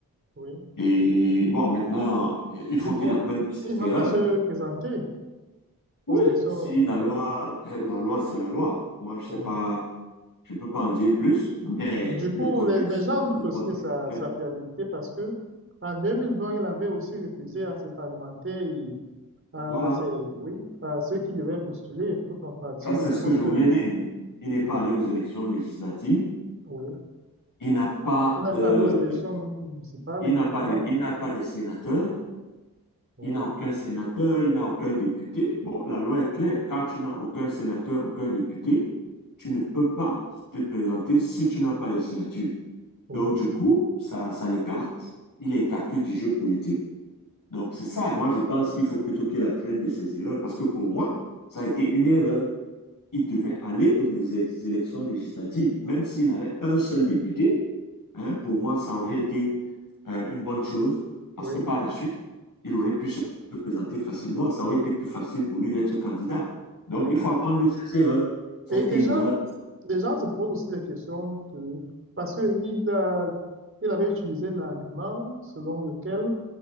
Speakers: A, on the right; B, on the left.
A: oui.
B: Et bon, maintenant, il faut
A: Du coup,
B: qu'il apprenne de ses
A: il ne va
B: erreurs.
A: pas se présenter
B: Oui,
A: aux élections.
B: si la loi, la loi, c'est la loi. Moi, je sais
A: Oui.
B: pas, je peux pas en dire plus, mais
A: Du coup,
B: le contexte,
A: les, les gens doutent
B: le
A: aussi
B: contexte
A: de sa,
B: actuel.
A: sa fiabilité parce que en 2020, il avait aussi refusé à ses parlementaires et à,
B: Voilà.
A: à ses, oui, à ceux qui devaient postuler pour son parti
B: Ça, c'est
A: au
B: ce
A: poste
B: que je voulais
A: de,
B: dire. Il n'est
A: de,
B: pas
A: de-
B: allé aux élections législatives.
A: oui.
B: Il n'a pas,
A: La
B: euh,
A: Palouse, les chambres municipales
B: il
A: également.
B: n'a pas de, il n'a pas de sénateur.
A: Voilà.
B: Il n'a aucun sénateur. Il n'a aucun député. Bon, la loi est claire. Quand tu n'as aucun sénateur, aucun député, tu ne peux pas te présenter si tu n'as pas les signatures.
A: Oui,
B: Donc, du coup, ça, ça l'écarte. Il est écarté du jeu politique. Donc, c'est ça. Et moi, je pense qu'il faut plutôt qu'il apprenne de ses erreurs. Parce que pour moi, ça a été une erreur. Il devait aller aux élections législatives. Même s'il avait un seul député, hein, pour moi, ça aurait été euh, une bonne chose. Parce
A: oui,
B: que par la suite, il aurait pu se présenter facilement. Ça aurait été plus facile pour lui d'être candidat. Donc,
A: oui.
B: il faut apprendre de ses erreurs. Ça
A: Et
B: a été
A: déjà,
B: une erreur.
A: des gens se posent aussi des questions que, parce qu'il a, il avait utilisé l'argument selon lequel